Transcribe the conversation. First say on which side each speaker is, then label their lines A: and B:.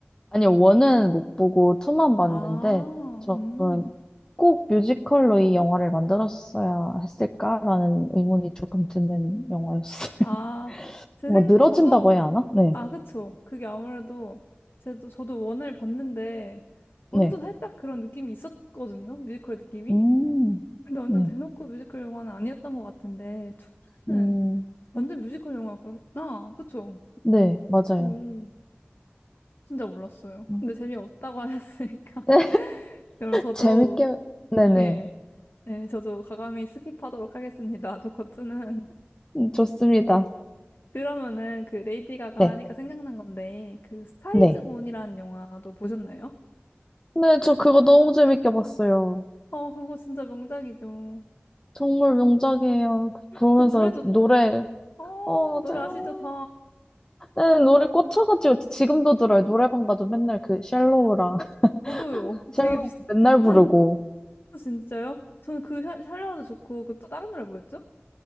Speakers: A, on the left (about 20°); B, on the left (about 65°).
A: 아니, 원은 못 보고 투만 봤는데,
B: 아,
A: 저는
B: 음.
A: 꼭 뮤지컬로 이 영화를 만들었어야 했을까라는 의문이 조금 드는 영화였어요. <laughs>
B: 아, 제
A: 뭐,
B: 생,
A: 늘어진다고
B: 저도,
A: 해야 하나? 네.
B: 아, 그쵸. 그게 아무래도, 제도, 저도 원을 봤는데, 먼저
A: 네.
B: 살짝 그런 느낌이 있었거든요. 뮤지컬 느낌이.
A: 음,
B: 근데 완전
A: 네.
B: 대놓고 뮤지컬 영화는 아니었던 것 같은데, 투는
A: 음,
B: 완전 뮤지컬 영화였구나. 아, 그쵸.
A: 네, 맞아요.
B: 음, 진짜 몰랐어요.
A: 음.
B: 근데 재미없다고 하셨으니까.
A: <laughs> 네,
B: <laughs> 그럼 저도,
A: 재밌게, 네네.
B: 예, 예, 저도 과감히 스킵하도록 하겠습니다. 조커투는
A: 음, 좋습니다.
B: 그러면은 그 레이디 가가
A: 네,
B: 하니까 생각난 건데 그 스타이즈
A: 네.
B: 본이라는 영화도 보셨나요?
A: 네, 저 그거 너무 재밌게 봤어요.
B: 어 그거 진짜 명작이죠.
A: 정말 명작이에요. 그 보면서
B: 그 노래도
A: 노래,
B: 어
A: 어,
B: 노래
A: 맞아요.
B: 아시죠 다.
A: 네, 노래 꽂혀가지고 지금도 들어요. 노래방 가도 맨날 그 쉘로우랑 <laughs>
B: 저도요.
A: 쉘로우
B: 되게 비슷
A: 맨날
B: 비슷한
A: 부르고.
B: <laughs> 진짜요? 저는 그 샬- 샬로우도 좋고 그 또 다른 노래 뭐였죠?